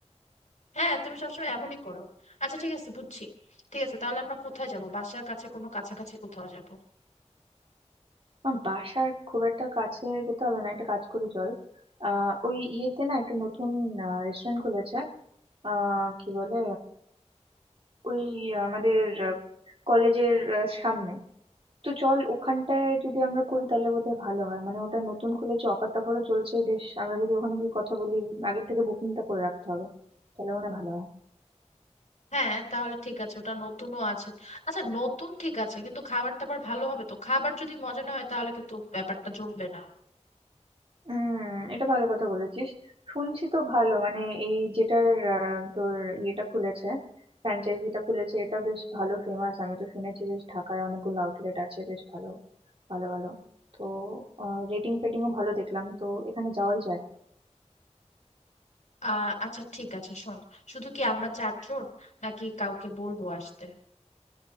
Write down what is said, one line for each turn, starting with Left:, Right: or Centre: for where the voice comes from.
Left: হ্যাঁ তুমি সবসময় এমনই করো আচ্ছা ঠিক আছে বুঝছি ঠিক আছে তাহলে আমরা কোথায় যাব বাসার কাছে কোনো কাছাকাছি কোথাও যাব
Right: আমার বাসার খুব একটা কাছে যেতে হবে না একটা কাজ করি চল আহ ওই ইয়েতে না একটা নতুন রেস্টুরেন্ট খুলেছে আহ কি বলে ওই আমাদের কলেজের সামনে তো চল ওখানটায় যদি আমরা করি তাহলে বোধহয় ভালো হয় মানে ওটা নতুন খুলেছে অফার টফারও চলছে বেশ আমরা যদি ওখানে গিয়ে কথা বলি আগের থেকে বুকিংটা করে রাখতে হবে তাহলে মনে হয় ভালো হয়
Left: হ্যাঁ তাহলে ঠিক আছে ওটা নতুনও আছে আচ্ছা নতুন ঠিক আছে কিন্তু খাবার টাবার ভালো হবে তো খাবার যদি মজা না হয় তাহলে কিন্তু ব্যাপারটা জমবে না
Right: হুম এটা ভালো কথা বলেছিস শুনছি তো ভালো মানে এই যেটার আহ, তোর ইয়েটা খুলেছে ফ্র্যাঞ্চাইজিটা খুলেছে এটা বেশ ভালো ফেমাস আমি তো শুনেছি বেশ ঢাকায় অনেকগুলো আউটলেট আছে বেশ ভালো ভালো ভালো তো রেটিং ফেটিংও ভালো দেখলাম তো এখানে যাওয়াই যায়
Left: আহ আচ্ছা ঠিক আছে শোন শুধু কি আমরা চারজন নাকি কাউকে বলবো আসতে